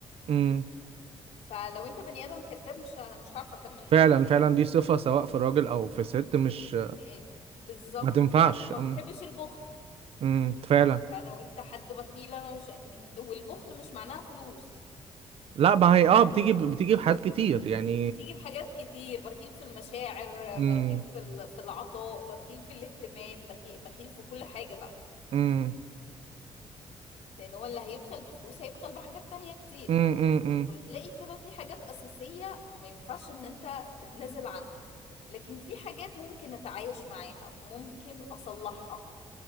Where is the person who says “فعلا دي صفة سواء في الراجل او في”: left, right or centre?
Right